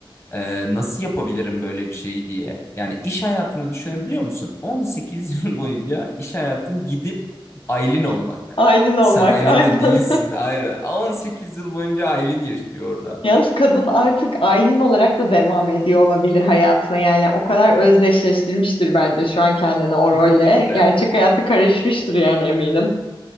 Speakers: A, on the left; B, on the left.
A: Ee, nasıl yapabilirim böyle bir şeyi diye. Yani iş hayatını düşünebiliyor musun? 18 yıl boyunca iş hayatın gidip Aylin olmak.
B: <laughs> Aylin olmak
A: Sen Aylin
B: aynen.
A: de değilsin. Aynen. 18 yıl boyunca Aylin yaşıyor orada.
B: Yalnız kadın artık Aylin olarak da devam ediyor olabilir hayatına. Yani o kadar özdeşleştirmiştir bence şu an kendini o
A: Kesinlikle.
B: rolle. Gerçek hayatı karışmıştır yani eminim.